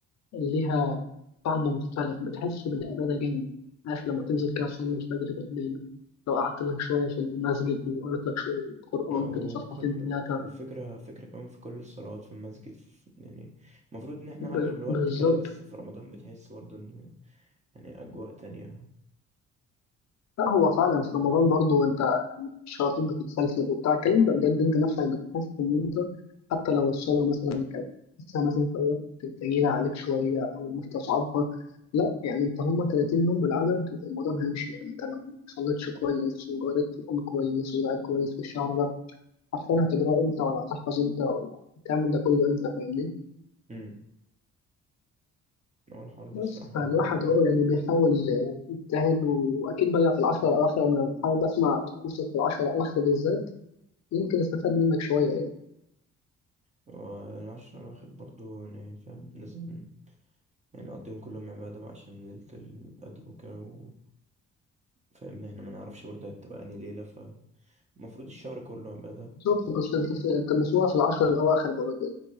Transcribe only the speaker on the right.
لا وكل
وفكرة فكرة كمان في كل الصلوات في المسجد في يعني المفروض ان احنا
اغلب الوقت
كده بس في رمضان بتحس برضه ان يعني اجواء تانية
امم هو الحوار ده
الصراحة
والعشرة الواحد برضه يعني فاهم لازم يعني نقضيهم كلهم عبادة بقى عشان ليلة القدر وكده و- فاهمني احنا ما نعرفش برضه هي بتبقى انهي ليلة فالمفروض الشهر كله عبادة